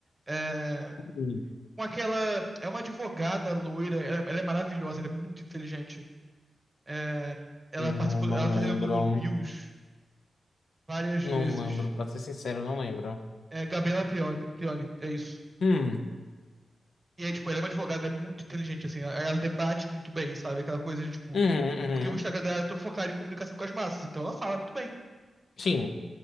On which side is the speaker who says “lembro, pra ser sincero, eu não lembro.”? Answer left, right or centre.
Left